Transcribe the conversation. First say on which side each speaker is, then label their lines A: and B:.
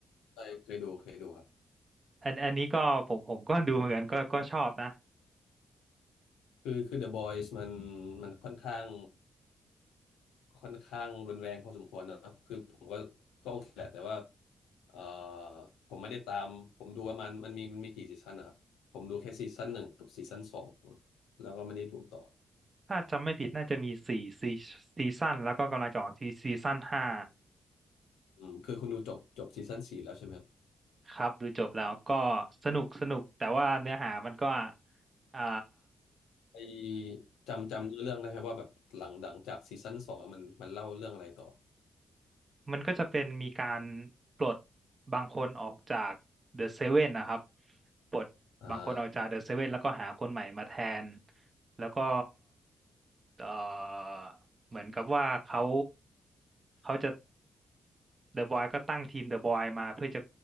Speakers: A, on the left; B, on the right.
A: ใช่เคยดูเคยดูครับ
B: อันอันนี้ก็ผมผมก็ดูเหมือนกันก็ก็ชอบนะ
A: คือคือ The Boys มันมันค่อนข้างค่อนข้างรุนแรงพอสมควรนะครับคือผมก็ก็โอเคแหละแต่ว่าเอ่อผมไม่ได้ตามผมดูว่ามันมันมีมันมีกี่ซีซั่นนะครับผมดูแค่ซีซั่นหนึ่งกับซีซั่นสองแล้วก็ไม่ได้ดูต่อ
B: ถ้าจำไม่ผิดน่าจะมีสี่ซีซีซั่นแล้วก็กำลังจะออกที่ซีซั่นห้า
A: อืมคือคุณดูจบจบซีซั่นสี่แล้วใช่ไหมครับ
B: ครับดูจบแล้วก็สนุกสนุกแต่ว่าเนื้อหามันก็อ่า
A: ไอจำจำเรื่องได้ไหมว่าแบบหลังหลังจากซีซั่นสองอะมันมันเล่าเรื่องอะไรต่อ
B: มันก็จะเป็นมีการปลดบางคนออกจากเดอะเซเว่นนะครับปลดบางคนออกจากเดอะเซเว่นแล้วก็หาคนใหม่มาแทน
A: อ่า
B: แล้วก็เอ่อเหมือนกับว่าเขาเขาจะเดอะบอยก็ตั้งทีมเดอะบอยมาเพื่อจะ